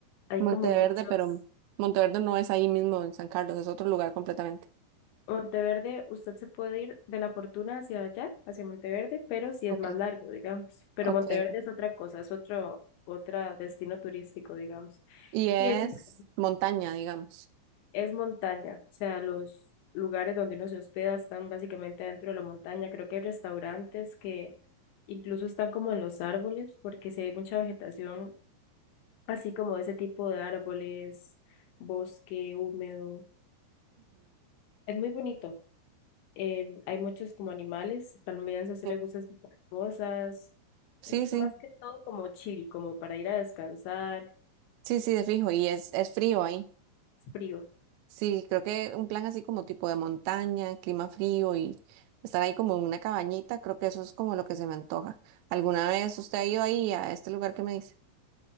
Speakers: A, on the left; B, on the right.
A: hay
B: Monteverde,
A: como muchos,
B: pero Monteverde no es ahí mismo en San Carlos, es otro lugar completamente.
A: Monteverde, usted se puede ir de La Fortuna hacia allá, hacia Monteverde, pero sí es
B: Ok,
A: más largo, digamos. Pero
B: ok.
A: Monteverde es otra cosa, es otro, otra destino turístico, digamos.
B: Y es
A: Y es, dif-
B: montaña, digamos.
A: es montaña, o sea, los lugares donde uno se hospeda están básicamente dentro de la montaña. Creo que hay restaurantes que incluso están como en los árboles, porque sí hay mucha vegetación, así como ese tipo de árboles, bosque húmedo. Es muy bonito. Em, hay muchos como animales, también se
B: Ujú.
A: le gusta ese tipo de cosas.
B: Sí,
A: Es
B: sí, sí,
A: más que todo como chill, como para ir a descansar.
B: sí, sí, de fijo. Y es, es frío ahí.
A: Es frío.
B: Sí, creo que un plan así como tipo de montaña, clima frío y estar ahí como en una cabañita, creo que eso es como lo que se me antoja. ¿Alguna vez usted ha ido ahí a este lugar que me dice?